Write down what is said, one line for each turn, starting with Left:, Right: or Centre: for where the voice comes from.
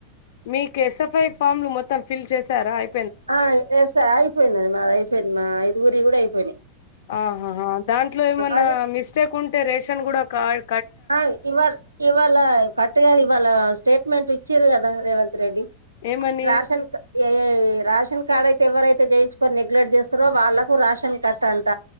Left: మీకు ఎస్ఎఫ్ఐ ఫామ్లు మొత్తం ఫిల్ చేసారా అయి.
Right: ఆ ఎస అయిపోయిందండి మా అయిపోయింది మా ఐదుగురి కూడా అయిపోయినాయి.
Left: ఆహాహా దాంట్లో ఏమైన్నా
Right: అదే
Left: మిస్టేక్ ఉంటే రేషన్ కూడా కార్.
Right: హ్ ఇవా ఇవ్వళై. అట్ట గాదు ఇవాళ స్టేట్మెంట్ ఇచ్చారు కదా రేవంత్ రెడ్డి
Left: ఏమని
Right: రాషన్ ఏ ఏ. రాషన్ కార్డ్ అయితే ఎవరైతే చేయించుకొని నెగ్లెక్ట్ చేస్తారో వాళ్ళలకు రాషన్ కట్ట అంట.